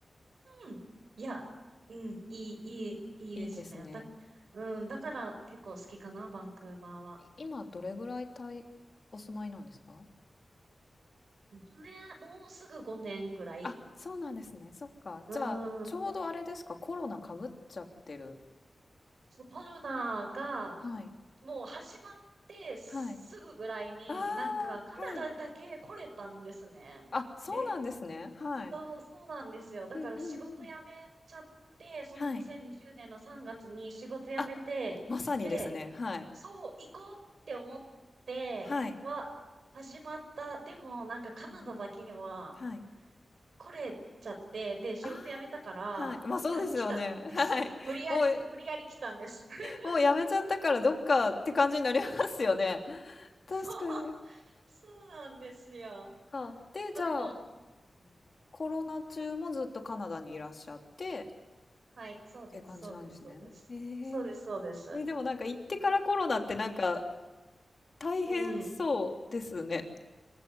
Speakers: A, on the right (about 80°); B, on the left (about 50°).
A: うん。いや、うん、いい、いい、いいですね。
B: いいですね。
A: だ、うん、だから結構好きかな、バンクーバーは。
B: い今どれぐらい滞お住まいなんですか
A: ごねん、もうすぐ5年ぐらい
B: あ、そうなんですね。そっか。
A: う
B: じゃあ、
A: ん。
B: ちょうどあれですか、コロナかぶっちゃってる。
A: そうコロナが、
B: はい。
A: もう始まってすぐぐらいに、
B: はい。ああ、
A: なんかカナダだけ来れたんですね。
B: はい。あ、そうなんですね。
A: で、
B: はい。
A: そう、そうなんですよ。だから仕事辞めちゃって、
B: うんうんうん。
A: その2020年の3月に仕事辞めて、
B: はい。あ、まさにですね。
A: で、
B: はい。
A: そう、行こうって思っては始まった。
B: はい。
A: でもなんかカナダだけは
B: うんうん。はい。
A: 来れちゃって、で、仕事辞めたから来た、
B: ああ、はい。ま、あそうですよね。
A: 来たんです。
B: はい。
A: 無理やり、
B: もう
A: 無理やり来たんです。<laughs>
B: もうやめちゃったからどっかって感じになりますよね。確かに。
A: そう、そうなんですよ。
B: か。で、
A: まあでも、
B: じゃあ、
A: うん
B: コロナ中もずっとカナダにいらっしゃって
A: はい、そうです、
B: っていう感じなんですね。
A: そうです、そうです。
B: ええ。
A: そうです、そうです。
B: え、でもなんか行ってからコロナってなんか大変そうですね。
A: うん。